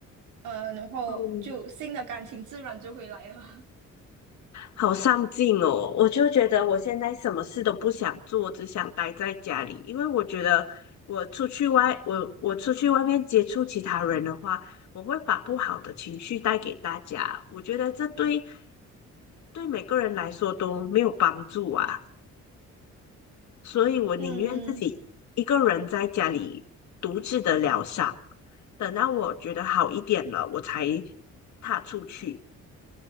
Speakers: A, on the right; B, on the left.
A: 呃，然后就新的感情自然就会来了。
B: 嗯，
A: <laughs>
B: 好上进哦！我就觉得我现在什么事都不想做，只想待在家里，因为我觉得我出去外，我我出去外面接触其他人的话，我会把不好的情绪带给大家。我觉得这对对每个人来说都没有帮助啊，所以我宁愿自己一个人在家里独自的疗伤，
A: 嗯，
B: 等到我觉得好一点了，我才踏出去。